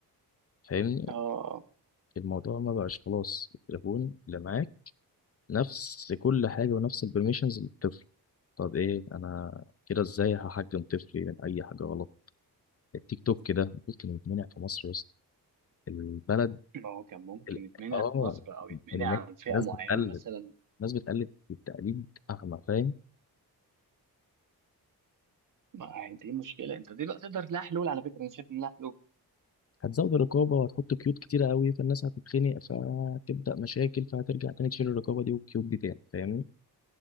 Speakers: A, on the left (about 40°); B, on the right (about 55°).
A: فاهمني
B: اه
A: الموضوع ما بقاش خلاص التليفون اللي معاك نفس كل حاجه ونفس البرميشنز للطفل طب ايه انا كده ازاي هحجم طفلي من اي حاجه غلط التيك توك ده ممكن يتمنع في مصر يا اسطى البلد
B: ما هو كان ممكن
A: ال-
B: يتمنع
A: اه
B: في مصر او يتمنع
A: الناس
B: عن فئة
A: الناس
B: معينة
A: بتقلد
B: مثلا
A: الناس بتقلد التقليد اغمى فاهم
B: ما هي دي مشكلة انت دي بقى تقدر لها حلول على فكرة انا شايف ان لها حلول
A: هتزود الرقابه وهتحط قيود كتيره قوي فالناس هتتخنق فهتبدا مشاكل فهترجع تاني تشيل الرقابه دي والقيود دي تاني فاهمني